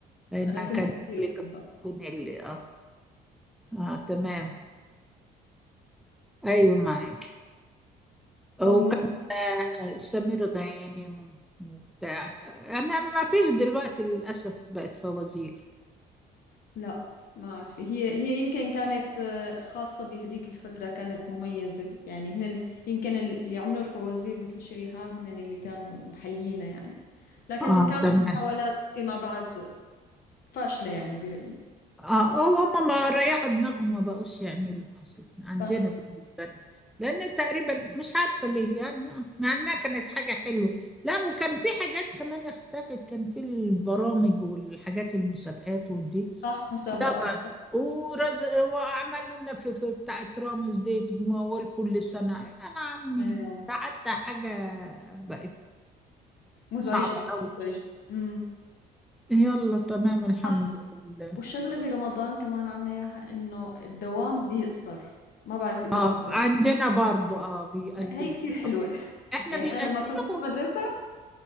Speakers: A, in the centre; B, on the left (about 65°).
A: انا
B: انا كنت
A: كان
B: كتير
A: لك
B: بحبها
A: بنيلي اه اه تمام ايوه معاك وكان
B: أم
A: آه سمير غانم وبتاع انا ما فيش دلوقتي للاسف بقت فوازير
B: لا ما عاد في هي هي يمكن كانت آه، خاصة بهديك الفترة كانت مميزة يعني هن يمكن اللي عملوا الفوازير مثل شريهان هن اللي كانوا محليينها يعني لكن
A: اه
B: كان
A: تمام
B: في محاولات فيما بعد فاشلة يعني برأيي
A: اه آه، هم ما ريحوا دماغهم ما بقوش يعملوا اصلا عندنا
B: صح
A: بالنسبه لنا لان تقريبا مش عارفه ليه يعني مع انها كانت حاجه حلوه لا وكان في حاجات كمان اختفت كان في البرامج والحاجات المسابقات ودي
B: صح مسابقات
A: طبعا
B: صح
A: ورز وعملوا لنا في في بتاعه رامز دي تجمعوا كل سنه يا عمي
B: ايوه
A: ده حتى حاجه بقت
B: مزعجة
A: صعبه قوي
B: ليش؟ امم
A: يلا تمام الحمد
B: صح
A: لله
B: والشغلة برمضان كمان عنا إياها إنه الدوام بيقصر ما بعرف إذا
A: اه
B: بمصر
A: عندنا برضو اه بيقلل
B: هي كتير حلوة
A: احنا
B: يعني
A: بيقللوا
B: أنا لما كنت في المدرسة